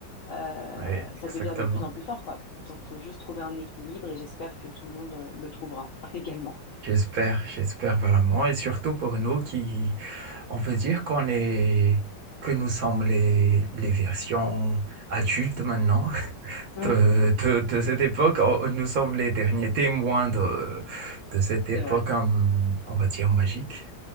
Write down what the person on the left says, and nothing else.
Euh,
ça
devient de plus en plus fort, quoi. Donc, faut juste trouver un équilibre et j'espère que tout le monde euh, le trouvera <laughs> également.
Oui,
c'est vrai.